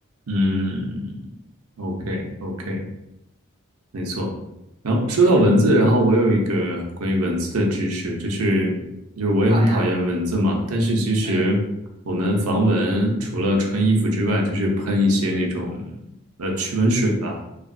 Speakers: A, on the right; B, on the right.
A: 嗯，OK OK，没错，然后说到文字，然后我有一个关于文字的知识，就是就是我也很讨厌蚊子嘛，
B: 好呀，
A: 但是其实我们防蚊除了穿衣服之外，
B: 嗯，
A: 就是喷一些那种呃驱蚊水吧，